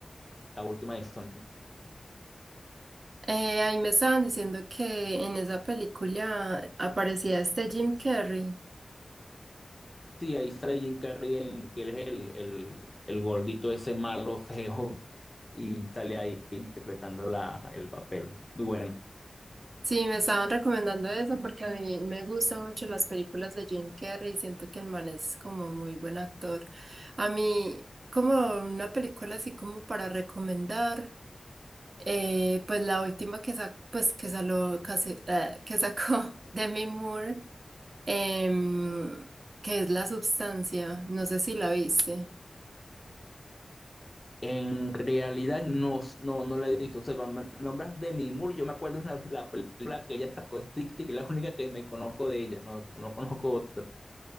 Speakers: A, on the left; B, on the right.
A: la última de Sonic.
B: Eh, ahí me estaban diciendo que en esa película aparecía este Jim Carrey.
A: Sí, ahí sale Jim Carrey, en- que él es el, el, el gordito ese malo, feo, y sale ahí interpretando la, el papel. Muy bueno.
B: Sí, me estaban recomendando eso porque a mí me gustan mucho las películas de Jim Carrey y siento que el man es como muy buen actor. A mí, como una película así como para recomendar, eh, pues la última que, sa- pues que, saló, casi- eh, que sacó <laughs> Demi Moore, em, que es La Substancia, no sé si la viste.
A: En realidad no, no, no la he visto. O sea, cuando me nombras de Demi Moore, yo me acuerdo de la, la película que ella sacó, Strictly, que es la única que me conozco de ella, no, no conozco otra.